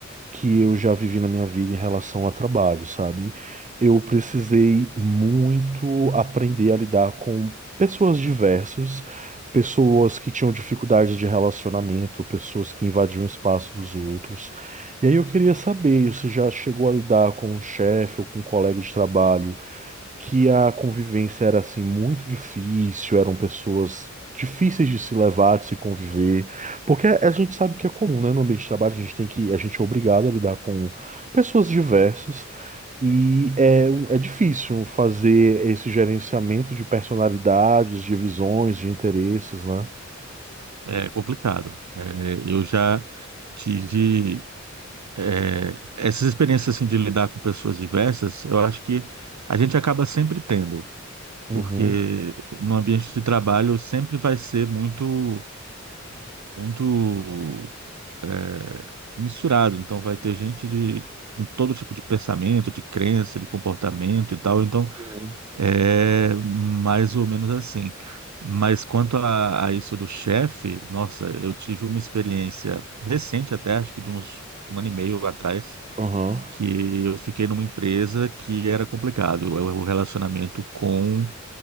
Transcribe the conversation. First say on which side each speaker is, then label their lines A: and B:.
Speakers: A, on the right; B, on the right.
A: que eu já vivi na minha vida em relação a trabalho, sabe? Eu precisei muito aprender a lidar com pessoas diversas, pessoas que tinham dificuldades de relacionamento, pessoas que invadiam o espaço dos outros. E aí eu queria saber, você já chegou a lidar com um chefe ou com um colega de trabalho? que a convivência era assim muito difícil, eram pessoas difíceis de se levar, de se conviver, porque a gente sabe que é comum, né, no ambiente de trabalho, a gente tem que, a gente é obrigado a lidar com pessoas diversas e é, um- é difícil fazer esse gerenciamento de personalidades, de visões, de interesses, né?
B: É complicado. É, eu já tive. é, essas experiências assim de lidar com pessoas diversas, eu acho que a gente acaba sempre tendo,
A: Uhum.
B: porque no ambiente de trabalho sempre vai ser muito muito é, misturado, então vai ter gente de com todo tipo de pensamento, de crença, de comportamento e tal, então
A: Uhum.
B: é mais ou menos assim. Mas quanto a, a isso do chefe, nossa, eu tive uma experiência recente até, acho que de uns um ano e meio atrás
A: Aham.
B: que eu fiquei numa empresa que era complicado, o o relacionamento com,